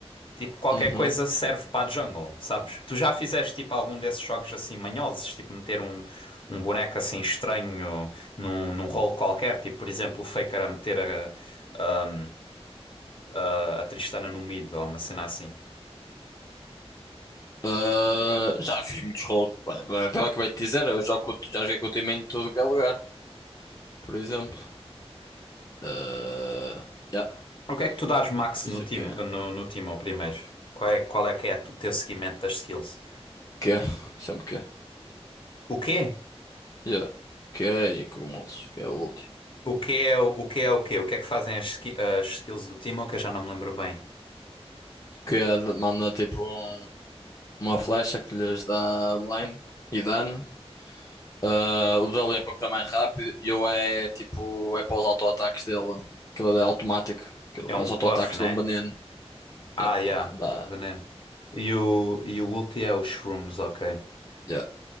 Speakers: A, on the left; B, on the left.
A: tipo, qualquer
B: Uhum.
A: coisa serve para a jungle, sabes? Tu já fizeste tipo algum desses jogos assim manhosos, tipo meter um, um boneco assim estranho num, num rolo qualquer, tipo, por exemplo, o Faker a meter a, a, a- a Tristana no mid ou uma cena assim.
B: Ah, já fiz muitos rolos. Olha, é pelo que eu acabei de dizer, eu jogo, com o- já joguei com o time em tudo que é lugar. Por exemplo. Ah, yeah,
A: O que é que tu dás max
B: por
A: no
B: isso
A: time,
B: é que é.
A: no, no time ao primeiro? Qual é, qual é que é o teu seguimento das skills?
B: Que é, sempre que é.
A: O quê?
B: Yeah. Que é e cogumelos, que é o último.
A: O que é o, o que é o quê? O que é que fazem as, ski- as skills do Timo que eu já não me lembro bem.
B: Que é, de- manda tipo um- uma flecha que lhes dá blind e dano. Ah, o dele é para correr mais rápido e eu é tipo, é para os auto-ataques dele. Aquilo é automático. Aquilo,
A: É um
B: os
A: buff,
B: auto-ataques
A: né?
B: dão banano.
A: Ah,
B: Yeah,
A: yeah,
B: dá,
A: veneno. E o, e o ulti é os shrooms, ok.
B: yeah,